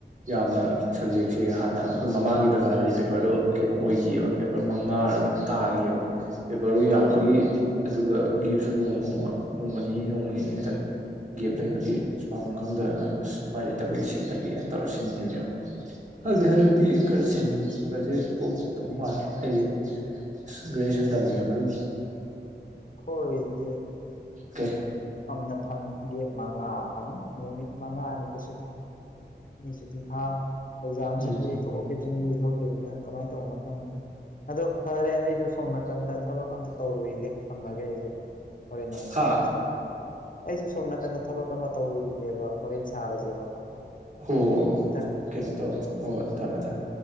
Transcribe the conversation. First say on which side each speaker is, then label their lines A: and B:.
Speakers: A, on the right; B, on the left.
A: ꯌꯥꯝꯅ ꯁꯞꯖꯦꯛꯁꯦ ꯍꯥꯟꯅ ꯑꯩꯈꯣꯏ ꯃꯃꯥꯡꯒꯤ ꯄꯩꯈꯥꯗꯗꯤ ꯄꯦꯄꯔꯗꯣ ꯀꯩꯅꯣ ꯑꯣꯏꯈꯤꯑꯕ ꯄꯦꯄꯔ ꯃꯉꯥꯔ ꯀꯩꯅꯣꯝ ꯇꯥꯈꯤꯑꯕ ꯄꯦꯄꯔꯗꯣ ꯌꯥꯝꯕꯒꯤ ꯑꯗꯨꯒ ꯒꯦꯞꯁꯨ ꯅꯣꯡꯃ ꯅꯣꯡꯃ ꯅꯣꯡꯃ ꯅꯤꯅꯤ ꯅꯣꯡꯃ ꯅꯤꯅꯤ ꯈꯤꯇꯪ ꯒꯦꯞ ꯂꯩꯕꯒꯤ ꯄꯥꯈꯐꯝ ꯈꯪꯗꯗꯅ ꯑꯁ ꯎꯄꯥꯏ ꯂꯩꯇꯕꯒꯤ ꯁꯤꯜꯂꯒꯦꯅ ꯇꯧꯔ ꯁꯤꯟꯈꯤꯕꯅꯦꯕ ꯈꯪꯗꯦ ꯍꯟꯗꯛꯇꯤ ꯈꯔ ꯁꯤꯟꯕꯁꯦ ꯇꯣꯛꯇꯧ ꯃꯥꯜꯂꯦ ꯑꯩꯁꯦ ꯒꯁꯟ ꯇꯃꯦꯔꯝ
B: ꯍꯣꯏꯝ
A: ꯀꯩ
B: ꯅ ꯐꯪꯉ ꯃꯉꯥ ꯐꯪꯉꯦ ꯅꯨꯃꯤꯠ ꯃꯉꯥꯅꯤ <unintelligible> ꯆꯇꯤꯊꯥ ꯑꯦꯛꯖꯥꯝꯁ
A: ꯎꯝ
B: ꯊꯣꯛꯀꯦꯅꯤꯡ ꯊꯣꯛꯀꯦ ꯀꯃꯥꯏꯅ ꯇꯧꯕ ꯈꯪꯦ ꯑꯗꯣ ꯐꯔꯦ ꯑꯩꯁꯨ ꯁꯣꯝ ꯟꯗ ꯊꯕꯛ ꯑꯝꯇ ꯇꯧꯔꯨꯏꯒꯦ ꯑꯃꯒ ꯍꯥꯏꯁꯨꯣ ꯍꯣꯔꯦꯟ ꯑꯃꯨꯛ
A: ꯍꯥ
B: ꯁꯥꯔꯁꯤ ꯑꯩꯁꯨ ꯁꯣꯝ ꯅꯥꯀꯟꯗ ꯊꯕꯛ ꯑꯃ ꯇꯧꯔꯨꯒꯤꯒꯦꯕ ꯍꯣꯔꯦꯟ ꯁꯥꯔꯁꯦꯕ
A: ꯍꯣ ꯍꯣ
B: ꯊꯝꯃꯦ ꯊꯝꯃꯦ
A: ꯀꯩꯅꯣ ꯇꯧ ꯍꯣ ꯊꯝꯃꯦ ꯊꯝꯃꯦ